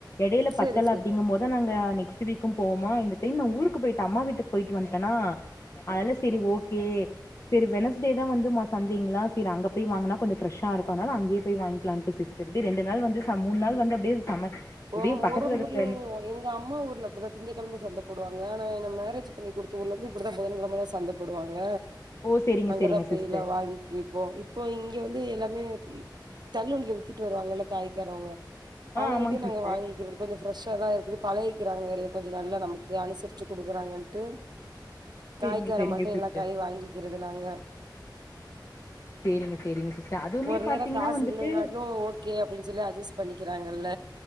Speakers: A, on the left; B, on the right.
A: எடைல
B: செரி
A: தல அப்டிங்கும் போதா நாங்க நெக்ஸ்ட் வீக்கு போவோமா இந்த டைம் நா ஊருக்கு போயிட்ட அம்மா வீட்டுக் போய்ட்டு வன்டேனா அதால செரி ஓகே சரி வெனஸ்டேதா வந்து மா சந்தைங்களா செரி அங்க போய் வாங்குனா கொஞ்சொ ஃப்ரெஷ்ஷா இருக்கு அதனால அங்கேயே போய் வாங்கிலான்ட்டு சிஸ் திருப்பி ரெண்டு நாள் வந்து ச மூணு நாள் வந்து அப்டியே சம
B: ஓ
A: அப்டியே பக்கத்துல
B: ஒரொரு
A: இருக்க
B: ஊர்லயு எங்க அம்மா ஊர்ல அப்டிதா திங்கெழம சந்தப்போடுவாங்க ஆனா என்ன மேரேஜ் பண்ணி குடுத்த ஊர்ல வந்து புதன்கெழமை தா சந்த போடுவாங்க
A: ஓ செரிங்க
B: அங்கதா
A: செரிங்க
B: போயி
A: சிஸ்டர்
B: எல்லா வாங்கி இப்போ இப்போ இங்க வந்து எல்லாமே தள்ளுண்டில வித்திட்டு வருவாங்கல்ல காய்காரவங்க
A: ஆ
B: அவங்கள்டயு
A: ஆமாங்க சிஸ்டர்
B: நாங்க வாங்கிக்றோ கொஞ்ச ஃப்ரெஷ்ஷா தா இருக்குது பழகிக்கிறாங்க நெறயா கொஞ்ச நல்லா நமக்கு அனுசரிச்சு குடுக்குறாங்கன்ட்டு
A: செரிங்க
B: காய்காரம்மாட்ட
A: செரிங்க சிஸ்டர்
B: எல்லா காயூ வாங்கிக்கிறது நாங்க
A: செரிங்க செரிங்க சிஸ்டர் அதுவுமே
B: ஒரு
A: பாத்தீங்கன்னா
B: நேரோ காசு
A: வந்துட்டு
B: இல்லைனாலு ஓ கே அப்டின் சொல்லி அட்ஜஸ்ட் பண்ணிக்கிறாங்கள்ள